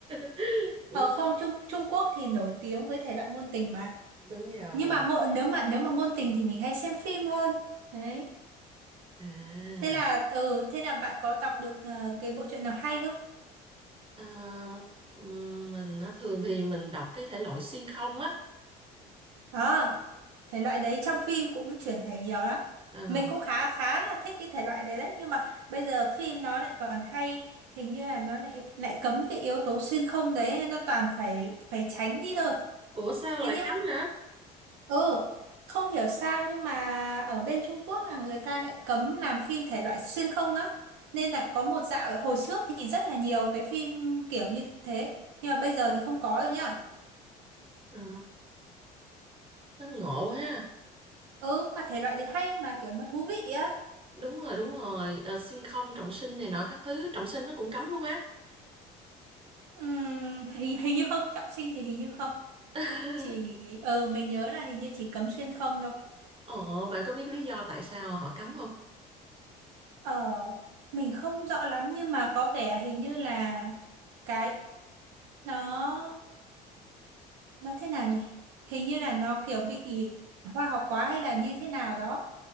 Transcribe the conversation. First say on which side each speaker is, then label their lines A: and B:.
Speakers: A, on the right; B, on the right.
A: <laughs> Đúng
B: ờ không
A: đó.
B: Trung Trung Quốc thì nổi tiếng với thể loại ngôn tình mà
A: Đúng rồi.
B: nhưng mà ngộ nếu mà nếu mà ngôn tình thì mình hay xem phim hơn đấy
A: À,
B: thế là ừ thế là bạn có đọc được ờ, cái bộ truyện nào hay không
A: à ừm, mình á, thường thì mình đọc cái thể loại xuyên không á.
B: À, thể loại đấy trong phim cũng chuyển thể nhiều lắm.
A: Ờ.
B: Mình cũng khá khá là thích cái thể loại đấy đấy, nhưng mà bây giờ phim nó lại còn hay hình như là nó lại lại cấm cái yếu tố xuyên không đấy, nó toàn phải phải tránh đi thôi.
A: Ủa sao
B: Thế
A: lại
B: nhưng
A: cấm hả?
B: ừ, không hiểu sao nhưng mà ở bên Trung Quốc là người ta lại cấm làm phim thể loại xuyên không á. Nên là có một dạo hồi trước thì rất là nhiều cái phim kiểu như thế, nhưng mà bây giờ thì không có rồi nhá.
A: À, nó ngộ ha.
B: Ừ, mà thể loại đấy hay mà kiểu nó thú vị á.
A: Đúng rồi, đúng rồi. Ờ, xuyên không trọng sinh này nọ các thứ, trọng sinh nó cũng cấm luôn á.
B: Ừm, hình, hình như không trọng sinh thì hình như không
A: <laughs>
B: chỉ ờ mình nhớ là hình như chỉ cấm xuyên không thôi
A: Ồ, bạn có biết lý do tại sao họ cấm không?
B: ờ mình không rõ lắm nhưng mà có vẻ hình như là cái nó nó thế nào nhỉ hình như là nó kiểu bị khoa học quá hay là như thế nào đó